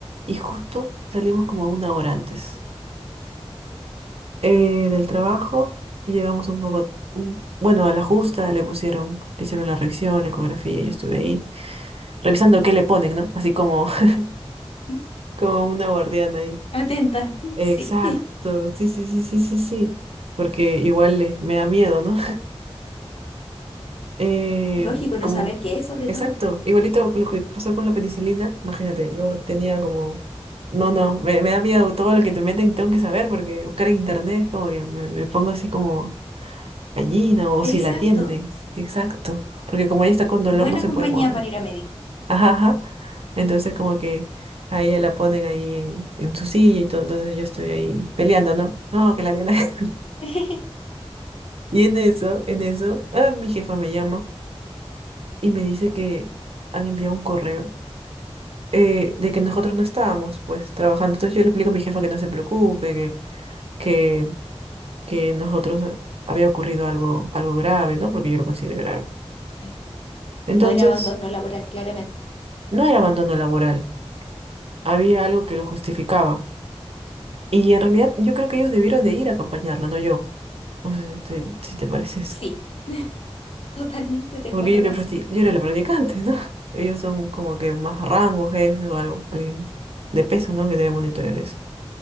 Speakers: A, on the right; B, on the left.
A: y justo salimos como una hora antes eh, del trabajo y llegamos un poco, un- bueno, a la justa le pusieron, le hicieron la revisión, la ecografía, yo estuve ahí revisando qué le ponen, ¿no? Así como, <laughs>
B: <laughs>
A: como una guardiana ahí.
B: atenta,
A: Exacto,
B: sí.
A: sí, sí, sí, sí, sí, sí. Porque igual le- me da miedo, ¿no? Eh,
B: Lógico, no
A: como,
B: saber qué es, sobre
A: exacto,
B: todo.
A: igualito con lo que pasó con la penicilina, imagínate, yo tenía como, no, no, me, me da miedo todo lo que te meten, tengo que saber, porque buscar en internet es como que me, me pongo así como gallina o si
B: Exacto.
A: la atienden, exacto, porque como
B: m-
A: ella está con dolor
B: Buena
A: no se
B: compañía
A: puede mover,
B: para ir a médico.
A: ajá, ajá, entonces como que a ella la ponen ahí en, en su silla y todo, entonces yo estoy ahí peleando, ¿no? No, que la atienda. <laughs>
B: <laughs>
A: Y en eso, en eso, ah, mi jefa me llama. y me dice que han enviado un correo eh, de que nosotros no estábamos, pues, trabajando. Entonces yo le explico a mi jefa que no se preocupe, que, que, que nosotros eh, había ocurrido algo, algo grave, ¿no? Porque yo lo considero grave.
B: Claro.
A: Entonces,
B: No era abandono laboral, claramente.
A: no era abandono laboral, había algo que lo justificaba. Y en realidad yo creo que ellos debieron de ir a acompañarla, no yo. No sé si te- si te parece eso.
B: Sí, totalmente te
A: Porque
B: encuentro
A: yo, era
B: razón.
A: practi- yo era la practicante, ¿no? <laughs> Ellos son como que más rango, jefes o algo, alguien de peso, ¿no? Que debe monitorear eso.